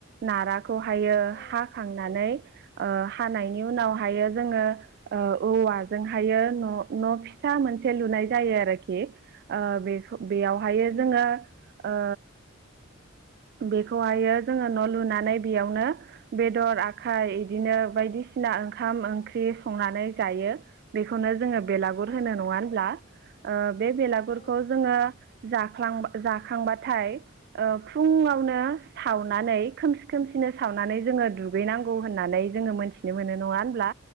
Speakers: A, on the right; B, on the left.
A: नारा खौहायो
B: औ
A: हाखांनानै ओ हानायनि उनावहायो जोंङो ओ औवाजोंहायो न फिथा मोनसे लुनाय जायो आरोखि ओ बे बेयावहायो
B: उम
A: जोङो
B: उम
A: ओ बेखौहायो जोंङो न' लुनानै बेयावनो बेदर आखाइ इदिनो बायदि सिना ओंखाम ओंख्रि संनानै जायो बेखौनो जोंङो बेलागुर
B: औ
A: होनो नङा होनब्ला? ओ बे बेलागुरखौ
B: औ नोंथां
A: जोंङो जाफ्लांबा जाखांबाथाय ओ फुंङावनो सावनानै खोमसि खोमसिनो सावनानै जोंङो दुगैनांगौ होननानै जोंङो मोन मिथिनो मोनो नङा होनब्ला